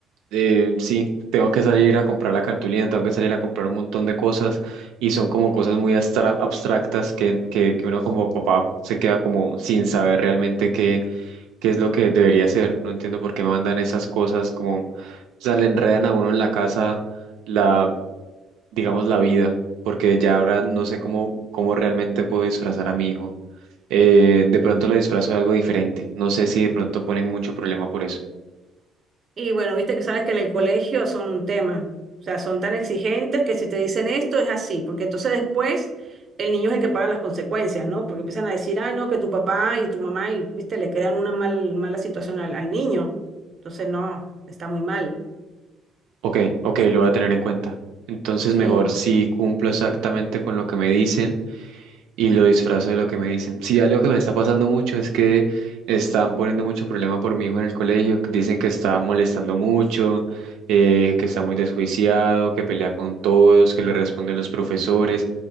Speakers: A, on the right (about 85°); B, on the right (about 40°).
A: eh, sí, tengo que salir a comprar la cartulina, tengo que salir a comprar un montón de cosas y son como cosas muy abstra- abstractas que, que, que uno como papá se queda como sin saber realmente qué, qué es lo que debería hacer. No entiendo por qué mandan esas cosas como, o sea, le enredan a uno en la casa la, digamos, la vida, porque ya ahora no sé cómo, cómo realmente puedo disfrazar a mi hijo eh, de pronto la disfrazo de algo diferente. No sé si de pronto ponen mucho problema por eso.
B: Y bueno, viste que sabes que en el colegio son un tema. O sea, son tan exigentes que si te dicen esto es así, porque entonces después el niño es el que paga las consecuencias, ¿no? Porque empiezan a decir, ay, no, que tu papá y tu mamá, y viste, le crean una mal- mala situación al, al niño. Entonces, no, está muy mal.
A: Ok, ok,
B: Es-
A: lo voy a tener en cuenta. Entonces mejor
B: sí,
A: si cumplo exactamente con lo que me dicen. y lo disfrazo de lo que me dicen. Sí, algo que me está pasando mucho es que están poniendo mucho problema por mi hijo en el colegio, que dicen que está molestando mucho, eh, que está muy desjuiciado, que pelea con todos, que le responden los profesores,